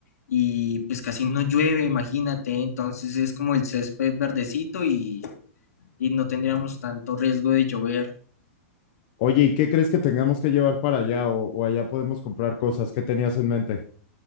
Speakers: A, on the left; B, on the left.
A: y pues casi no llueve, imagínate, entonces es como el césped verdecito y, y no tendríamos tanto riesgo de llover.
B: Oye, ¿y qué crees que tengamos que llevar para allá o, o allá podemos comprar cosas? ¿Qué tenías en mente?